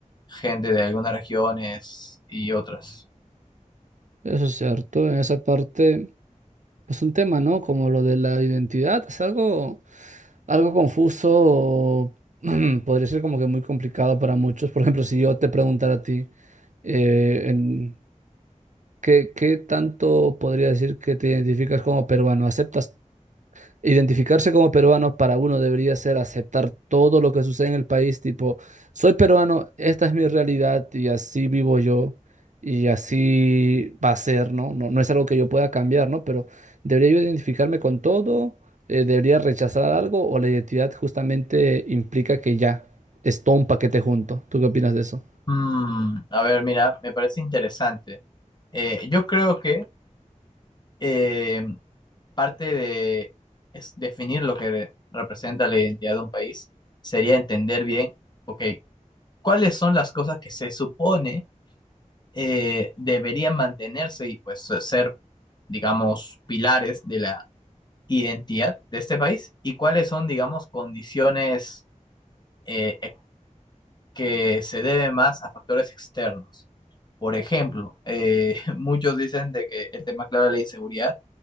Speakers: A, on the left; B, on the right.
A: gente de algunas regiones y otras.
B: Eso es cierto, en esa parte, es un tema, ¿no? Como lo de la identidad, es algo, algo confuso, o <clears throat> podría ser como que muy complicado para muchos. Por ejemplo, si yo te preguntara a ti, eh, en, ¿Qué, qué tanto podría decir que te identificas como peruano? ¿Aceptas Identificarse como peruano para uno debería ser aceptar todo lo que sucede en el país, tipo, soy peruano, esta es mi realidad y así vivo yo y así va a ser, ¿no? No, no es algo que yo pueda cambiar, ¿no? Pero debería yo identificarme con todo, Eh, debería rechazar algo o la identidad justamente implica que ya es todo un paquete junto. ¿Tú qué opinas de eso?
A: Mm, a ver, mira, me parece interesante. Eh, yo creo que eh, parte de es definir lo que representa la identidad de un país sería entender bien, ok, cuáles son las cosas que se supone eh, deberían mantenerse y pues ser, digamos, pilares de la identidad de este país y cuáles son, digamos, condiciones eh, e, que se deben más a factores externos. Por ejemplo, eh, <laughs> muchos dicen de que el tema clave es la inseguridad,